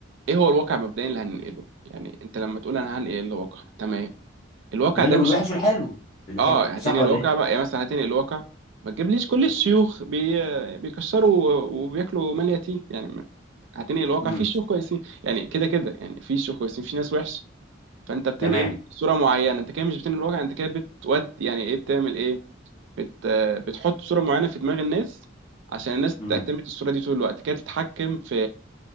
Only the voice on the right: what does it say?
ايه هو الواقع مبدئيا اللي هننقله يعني انت لما تقول انا هنقل الواقع تمام الواقع
ده
مش
اه هتنقل
الواقع
بقى يعني مثلا هتنقل الواقع ما تجيبليش كل الشيوخ بي... بيكشروا و- وبياكلوا مال يتيم يعني ما- هتنقل الواقع
في شيوخ كويسين يعني كده كده يعني في شيوخ كويسين في ناس وحش فانت بتنقل
صوره معينه انت كده مش بتنقل الواقع انت كده بتود يعني ايه بتعمل ايه بت بتحط صوره معينه في دماغ الناس عشان الناس
تعتمد الصوره دي طول الوقت كده تتحكم في